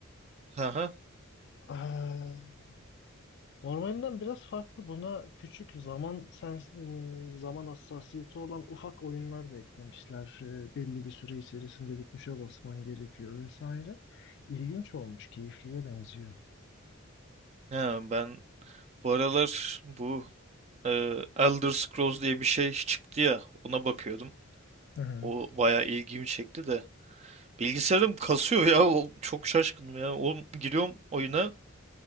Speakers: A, on the right; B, on the left.
A: Aha.
B: Ee, normalinden biraz farklı buna küçük zaman sen m, zaman hassasiyeti olan ufak oyunlar da eklemişler. Ee, belli bir süre içerisinde bir tuşa basman gerekiyor vesaire. İlginç olmuş, keyifliye benziyor.
A: Ha, ben bu aralar bu e, Elder Scrolls diye bir şey çıktı ya ona bakıyordum.
B: Hı hı.
A: O bayağı ilgimi çekti de. Bilgisayarım kasıyor ya. o- Çok şaşkınım ya. Oğlum giriyorum oyuna